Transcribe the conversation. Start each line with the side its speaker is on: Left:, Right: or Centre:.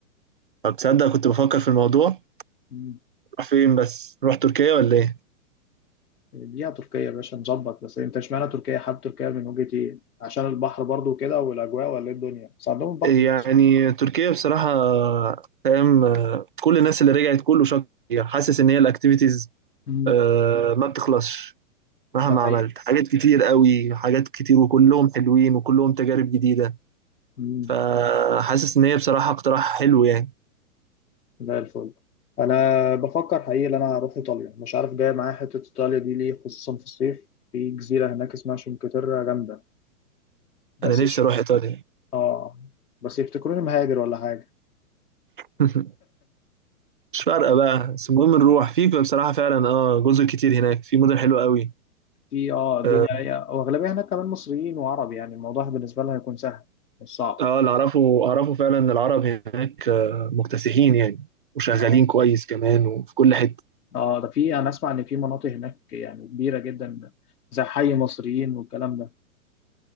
Right: طب تصدق كنت بفكر في الموضوع
Left: مم.
Right: نروح فين بس نروح تركيا ولا ايه
Left: دي تركيا يا باشا نظبط بس أنت اشمعنى تركيا حابب تركيا من وجهة إيه؟ عشان البحر برضو كده والأجواء ولا إيه الدنيا؟ بس عندهم البحر
Right: يعني تركيا بصراحة آه، فاهم آه، كل الناس اللي رجعت كله شكر حاسس ان هي الاكتيفيتيز
Left: مم.
Right: آه، ما بتخلصش مهما
Left: ده
Right: عملت حاجات كتير قوي حاجات كتير وكلهم حلوين وكلهم تجارب جديدة
Left: حقيقي
Right: فحاسس ان هي بصراحة اقتراح حلو يعني
Left: زي الفل انا بفكر حقيقي ان انا اروح ايطاليا مش عارف جاي معايا حته ايطاليا دي ليه خصوصا في الصيف في جزيره هناك اسمها شنكتيرا جامده بس
Right: انا نفسي
Left: يش...
Right: اروح ايطاليا
Left: اه بس يفتكروني مهاجر ولا حاجه
Right: <laughs> مش فارقة بقى بس المهم نروح في بصراحة فعلا اه جزر كتير هناك في مدن حلوة قوي
Left: في اه الدنيا
Right: اه
Left: هي واغلبيه هناك كمان مصريين وعرب يعني الموضوع بالنسبه لهم هيكون سهل مش صعب
Right: آه، اللي اعرفه اعرفه فعلا ان العرب هناك آه، مكتسحين يعني وشغالين
Left: اه
Right: كويس كمان وفي كل حتة
Left: اه ده في انا اسمع ان في مناطق هناك يعني كبيره جدا زي حي مصريين والكلام ده